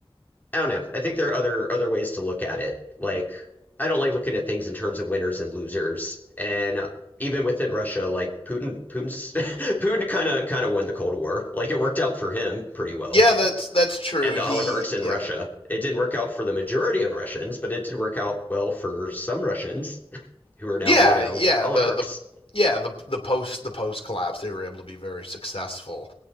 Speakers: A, on the left (about 20°); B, on the left (about 70°).
A: I don't know. I think there are other other ways to look at it. Like I don't like looking at things in terms of winners and losers. And even within Russia, like Putin, Putin's, <laughs> Putin kind of kind of won the Cold War. Like it worked out for him pretty well.
B: Yeah, that's that's true.
A: And
B: He
A: the oligarchs in
B: yeah
A: Russia, it didn't work out for the majority of Russians, but it did work out well for some Russians <laughs> who are now,
B: yeah
A: you know,
B: yeah
A: oligarchs.
B: the the yeah the the post the post collapse they were able to be very successful